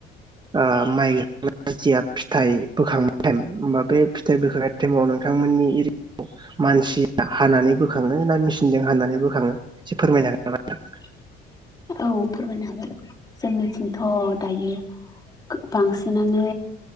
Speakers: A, on the right; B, on the left.
A: आ माइ ग या फिथाइ बोखांनाय ाइम होमबा बे फिथाइ बोखांनाय टाइमाव नोंथांमोननि एरिया मानसिया हानानै बोखाङो ना मेसिनजों हानानै बोखाङो एसे फोरमायनाागोन नाां
B: <inaudible> औ फोरमायनो हागोन जोंनिथिंथ' दायो बांसिनानो